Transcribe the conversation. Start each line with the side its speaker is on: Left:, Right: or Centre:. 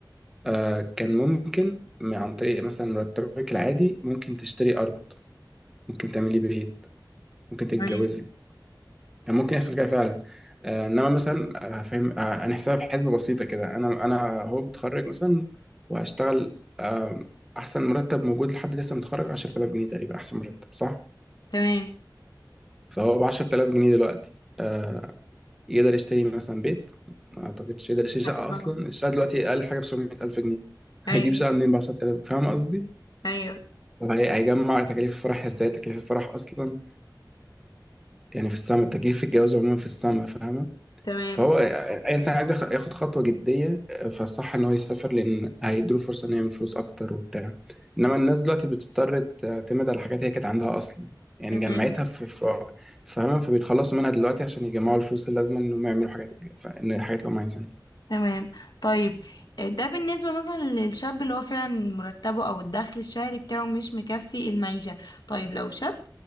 Centre: آه، كان ممكن م- عن طريق مثلا مرتبك العادي ممكن تشتري ارض ممكن تعملي بيت ممكن تتجوزي
Left: تمام
Centre: كان ممكن يحصل كده فعلا آه، انما مثلا آه، فاهم آه، انا حساب حسبه بسيطه كده انا انا هو متخرج مثلا وهشتغل آه، احسن مرتب موجود لحد لسه متخرج 10000 جنيه تقريبا احسن مرتب صح
Left: تمام
Centre: فهو ب 10000 جنيه دلوقتي آه، يقدر يشتري مثلا بيت ما اعتقدش يقدر يشتري شقه
Left: تمام.
Centre: اصلا الشقه دلوقتي اقل حاجه ب 700000 جنيه <laughs>
Left: أيوه
Centre: هيجيب شقه منين ب 10000 فاهم قصدي
Left: أيوه
Centre: وهيجمع تكاليف الفرح ازاي تكاليف الفرح اصلا يعني في السما تكاليف الجواز عموما في السما فاهمه
Left: تمام
Centre: فهو اي انسان عايز يخ- ياخد خطوه جديه آه، فالصح ان هو يسافر لان هيديله فرصه انه يعمل فلوس اكتر وبتاع انما الناس دلوقتي بتضطر تعتمد على حاجات هي كانت عندها اصلا يعني
Left: تمام
Centre: جمعتها في في فاهمة فبيتخلصوا منها دلوقتي عشان يجمعوا الفلوس اللازمه انهم يعملوا حاجات ان الحاجات اللي هم عايزينها
Left: تمام طيب آه، ده بالنسبة مثلا للشاب اللي هو فعلا مرتبه أو الدخل الشهري بتاعه مش مكفي المعيشة طيب لو شاب